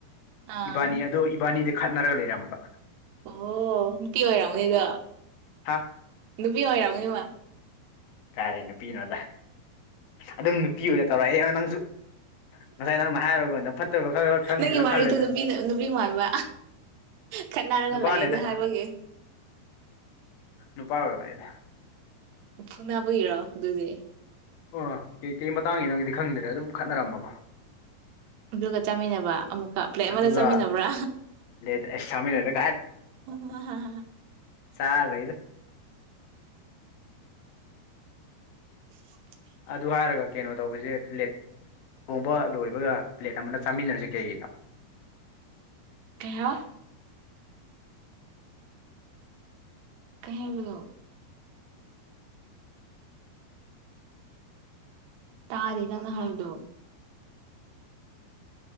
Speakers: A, on the right (about 80°); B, on the left (about 65°).
A: ꯑꯥ
B: ꯏꯕꯥꯅꯤ ꯑꯗꯣ ꯏꯕꯥꯅꯤꯗ ꯈꯠꯅꯔꯒ ꯏꯔꯝꯕ
A: ꯑꯣ ꯅꯨꯄꯤ ꯑꯣꯏꯔꯝꯅꯤꯗ
B: ꯍꯥ
A: ꯅꯨꯄꯤ ꯍꯔꯎꯅꯤꯃ
B: ꯀꯥꯏꯔꯤꯦ ꯅꯨꯄꯤꯅꯣꯗ ꯑꯗꯨꯝ ꯅꯨꯄꯤ ꯑꯣꯏꯅ ꯇꯧꯔꯛꯑꯦ ꯅꯪꯁꯨ ꯉꯁꯥꯏ ꯅꯪꯅ ꯍꯥꯏꯔꯒꯣꯟꯗ ꯐꯠꯇꯕ ꯈꯔ ꯈꯔ ꯈꯪꯉꯦꯗ
A: ꯅꯪꯒꯤ ꯋꯥꯔꯤꯗꯣ
B: ꯈꯜꯂꯦꯗ
A: ꯅꯨꯄꯤ ꯅꯨꯄꯤ ꯃꯥꯟꯕ ꯈꯠꯅꯔꯒ
B: ꯅꯨꯄꯥꯅꯦꯗ
A: ꯂꯥꯛꯑꯦꯗ ꯍꯥꯏꯕꯒꯤꯦ
B: ꯅꯨꯄꯥ ꯑꯣꯏꯕꯅꯦꯗ
A: ꯎꯐꯨ ꯅꯥꯕꯒꯤꯔꯣ ꯑꯗꯨꯗꯤ
B: ꯑꯣ ꯀꯩ ꯀꯩ ꯃꯇꯥꯡꯒꯤꯅꯣꯗꯤ ꯈꯪꯗ꯭ꯔꯦ ꯑꯗꯨꯝ ꯈꯠꯅꯔꯝꯃꯀꯣ
A: ꯕ꯭ꯂꯨꯒ ꯆꯥꯃꯤꯟꯅꯕ ꯑꯃꯨꯛꯀ ꯄ꯭ꯂꯦꯛ ꯑꯃꯗ
B: ꯑꯗꯨꯒ
A: ꯆꯥꯃꯤꯟꯅꯕ꯭ꯔꯥ
B: ꯂꯦꯠ ꯑꯁ ꯆꯥꯃꯤꯟꯅꯔꯦꯗ
A: ꯑꯣ ꯍ
B: ꯆꯔ ꯂꯩꯗ
A: <unintelligible>
B: ꯑꯗꯨ ꯍꯥꯏꯔꯒ ꯀꯩꯅꯣ ꯇꯧꯕꯁꯦ ꯐ꯭ꯂꯦꯠ ꯇꯣꯝꯕ ꯂꯣꯏꯕꯒ ꯄ꯭ꯂꯦꯠ ꯑꯃꯗ ꯆꯥꯃꯤꯟꯅꯔꯁꯤ ꯀꯩꯒꯤꯅꯣ
A: ꯀꯌꯥ ꯀꯩꯕꯗꯣ ꯇꯥꯔꯦ ꯅꯪ ꯍꯥꯎꯗꯨ